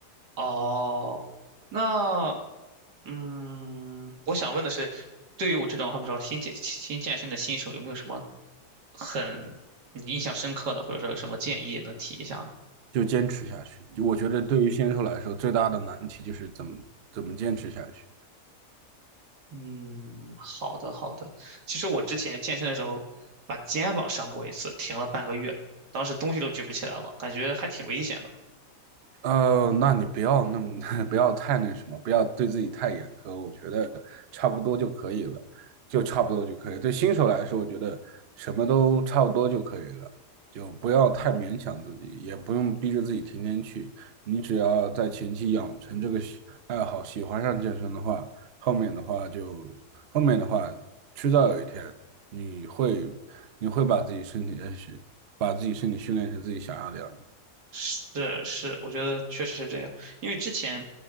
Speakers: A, on the right (about 90°); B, on the right (about 60°).
A: 哦，那嗯，我想问的是，对于我这种好比说新健新健身的新手，有没有什么很你印象深刻的，或者说有什么建议能提一下呢？
B: 就坚持下去。就我觉得对于新手来说，最大的难题就是怎么怎么坚持下去。
A: 嗯，好的好的。其实我之前健身的时候，把肩膀伤过一次，停了半个月，当时东西都举不起来了，感觉还挺危险的。
B: 呃，那你不要那么，<laughs> 不要太那什么，不要对自己太严苛，我觉得差不多就可以了，就差不多就可以。对新手来说，我觉得什么都差不多就可以了，就不要太勉强自己，也不用逼着自己天天去。你只要在前期养成这个喜爱好，喜欢上健身的话，后面的话就，后面的话，迟早有一天你会，你会把自己身体，呃把自己身体训练成自己想要的样子。
A: 是是，我觉得确实是这样。因为之前